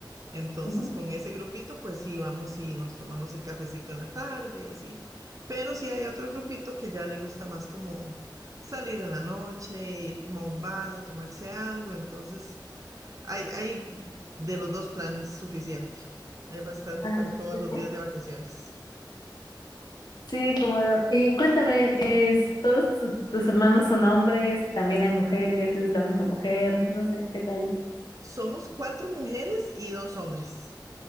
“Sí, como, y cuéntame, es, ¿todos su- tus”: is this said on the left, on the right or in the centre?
Left